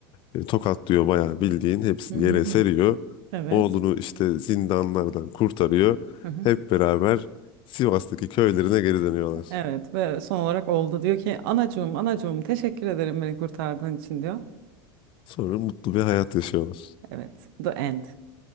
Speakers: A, on the left; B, on the right.
A: e, tokatlıyor bayağı bildiğin hepsini
B: hı hı,
A: yere
B: hı
A: seriyor.
B: hı. Evet.
A: Oğlunu işte zindanlardan kurtarıyor.
B: Hı hı.
A: Hep beraber Sivas'taki köylerine geri dönüyorlar.
B: Evet ve son olarak oğlu da diyor ki anacığım anacığım teşekkür ederim beni kurtardığın için diyor.
A: Sonra mutlu bir hayat yaşıyorlar.
B: Evet. The End